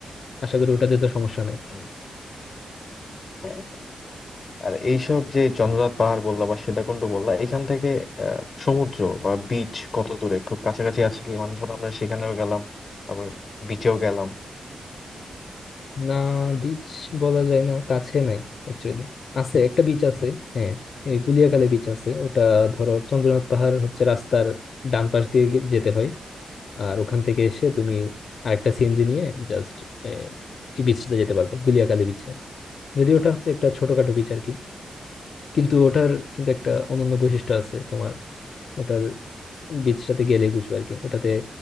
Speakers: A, on the left (about 65°); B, on the left (about 45°).
A: আশা করি ওটাতে তো সমস্যা নাই
B: হুম, হ্যাঁ। আর এইসব যে চন্দ্রনাথ পাহাড় বললা বা সীতাকুণ্ড বললা এখান থেকে আহ, সমুদ্র বা বিচ কত দূরে খুব কাছাকাছি আছে কি মানে ধরো আমরা সেখানেও গেলাম আবার বিচেও গেলাম
A: না বিচ বলা যায় না কাছে নাই অ্যাকচুয়ালি আছে একটা বিচ আছে হ্যাঁ এই গুলিয়াখালী বিচ আছে ওটা ধরো চন্দ্রনাথ পাহাড় হচ্ছে রাস্তার ডান পাশ দিয়ে গে- যেতে হয় আর ওখান থেকে এসে তুমি আরেকটা সিএনজি নিয়ে জাস্ট এই বিচটাতে যেতে পারবে গুলিয়াখালী বিচে যদি ওটা হচ্ছে একটা ছোটখাটো বিচ আর কি কিন্তু ওটার কিন্তু একটা অনন্য বৈশিষ্ট্য আছে তোমার ওটার বিচটাতে গেলেই বুঝবে আর কি ওটাতে